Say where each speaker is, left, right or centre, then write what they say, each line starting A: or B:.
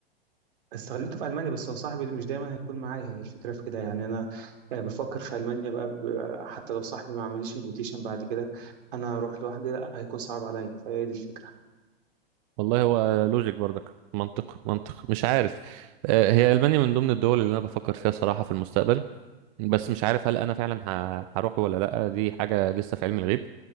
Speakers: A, on the right; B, on the right.
A: <laughs> استغلته في ألمانيا بس هو صاحبي مش دايما هيكون معايا هي الفكرة في كده يعني أنا آه، بفكر في ألمانيا بقى ب- حتى لو صاحبي ما عمليش انفيتيشن بعد كده أنا هروح لوحدي لا هيكون صعب عليا فهي دي الفكرة
B: والله هو لوجيك برضك منطق منطق مش عارف آه، هي المانيا من ضمن الدول اللي انا بفكر فيها صراحه في المستقبل بس مش عارف هل انا فعلا ه- هروح ولا لا دي حاجه لسه في علم الغيب